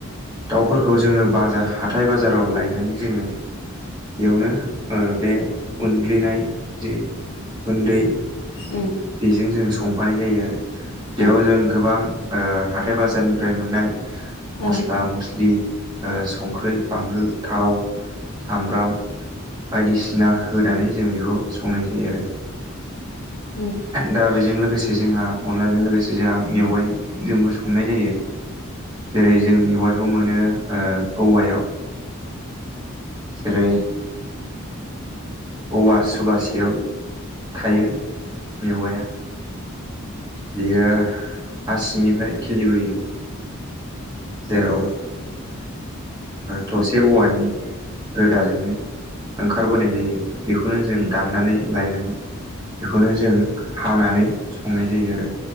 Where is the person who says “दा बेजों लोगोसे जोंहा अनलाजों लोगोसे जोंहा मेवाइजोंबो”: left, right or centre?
Right